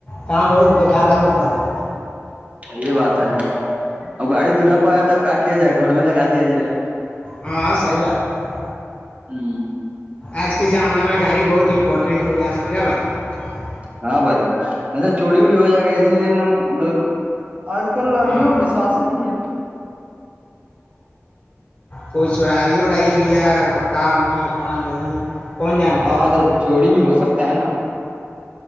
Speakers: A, on the left (about 25°); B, on the right (about 25°).
A: کام بہت بییکار نہیں ہو کرلے <unintelligible>
B: یہ بات ہے ا گاڑی درا پایا ت اب کا کیا جائے گھر میں لگا دیا جائے
A: ہاں سی بات ہے <unintelligible>
B: ہ
A: آج کے زمانہ میں گاڑی بہت امپورٹنٹ ٹینٹ ہو گیا سمجھا بھائی <unintelligible>
B: ہاں بھائی اچھا چوڑی ووڑی ہو جائے گا اسی لیے نا لوگ آج کل آدمی
A: ہاں
B: میں وشواس ہی نہیں ہے
A: کوئی چڑائیے اڑائیے لیا کہ ہا کہاں نہیں کون جانتا
B: ہاں
A: ہے
B: تو چوری بھی ہو سکتا ہے نا